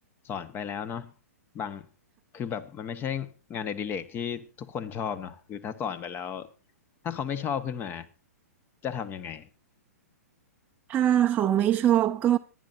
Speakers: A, on the left; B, on the right.
A: สอนไปแล้วเนาะบางคือแบบมันไม่ใช่งานอดิเรกที่ทุกคนชอบเนาะคือถ้าสอนไปแล้วถ้าเขาไม่ชอบขึ้นมาจะทำยังไง
B: ถ้าเขาไม่ชอบก็